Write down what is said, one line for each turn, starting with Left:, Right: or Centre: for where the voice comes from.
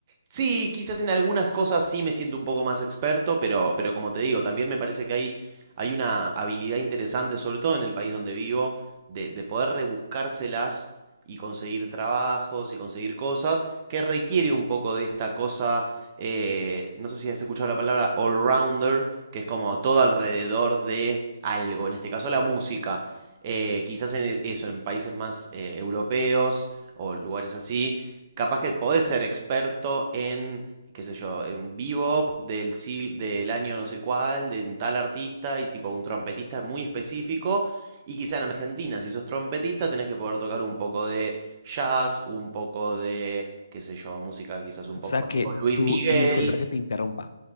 Right: Sí, quizás en algunas cosas sí me siento un poco más experto, pero, pero como te digo, también me parece que hay, hay una habilidad interesante, sobre todo en el país donde vivo, de, de poder rebuscárselas y conseguir trabajos y conseguir cosas que requiere un poco de esta cosa, eh, no sé si has escuchado la palabra all-rounder, que es como todo alrededor de algo, en este caso la música. Eh, quizás en e- eso, en países más eh, europeos o lugares así capaz que podés ser experto en, qué sé yo, en bebop del, sil- del año no sé cuál, de tal artista y tipo un trompetista es muy específico. Y quizá en Argentina, si sos trompetista, tenés que poder tocar un poco de jazz, un poco de, qué sé yo, música quizás un
Left: O
Right: poco
Left: sea
Right: más
Left: que
Right: tipo Luis
Left: tú,
Right: Miguel,
Left: y disculpa que te interrumpa,